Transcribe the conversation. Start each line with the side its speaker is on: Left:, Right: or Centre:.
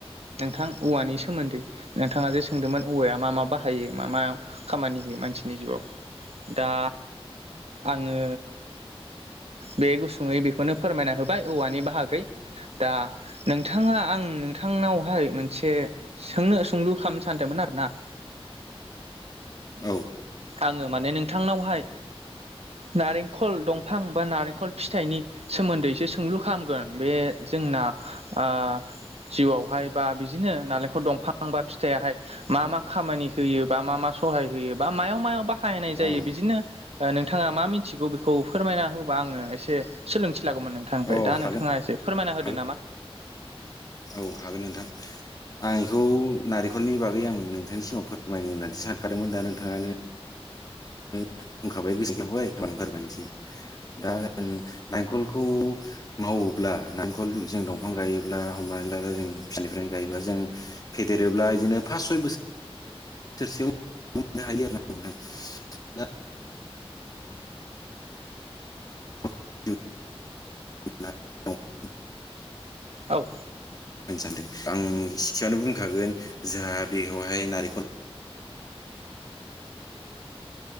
Right: नोंथां औवानि सोमोन्दै नोंथाङा जे सोंदोंमोन औवाया मा मा बाहायो म मा खामानि होयो मानसिनि जिउआव। दा आङो बे गुसुङै बेखौनो फोरमायना होबाय औवानि बाहागै दा नोंथाङा आं नोंथांनावहाय मोनसे सोंनो सोंलु खालामनो सानदोंमोन आरो नाटक?
Left: औ
Right: आङो माने नोंथांनावहाय नारेंखल दंफां बा नारेंखल फिथाइनि सोमोन्दैसो सोंलु खालामगोन बे जोंना आ जिउआवहाय बा बिदिनो नालेंखल दंफां बा फिथायाहाय मा मा खामानि होयो बा मा मा सहाय होयो बा मायाव मायाव बाहायनाय
Left: अ
Right: जायो बिदिनो ओ नोंथाङा मा मिथिगौ बेखौ फोरमायना होबा आङो एसे सोलोंसै लागौमोन नोंथांनिफ्राय
Left: औ
Right: दा
Left: हागोन
Right: नोंथाङा एसे फोरमायना होदो
Left: हागोन
Right: नामा?
Left: औ हागोन नोंथां। आं थ' नारेंखलनि बागै आं नोंथांनि सिगाङाव फोरमायनो होन्नानैसो सानखादोंमोन दा नोंथाङानो बुंखाबाय गोसोखांबाय बांंखारबायसै दा नेंखलखौ माव अब्ला नालेंखर जों दंफां गायोब्ला हमनानै ला जों फिसानिफ्रायनो गायोब्ला जों फेदेरोबा अब्ला बिदिनो फास सय बोसो सोरसेयावनो हायो आरो ना नोंथां दा <unintelligible>
Right: औ।
Left: होननो सानदों आं सिसेयावनो बुंखागोन जोंहा बेयावहाय नारेंखल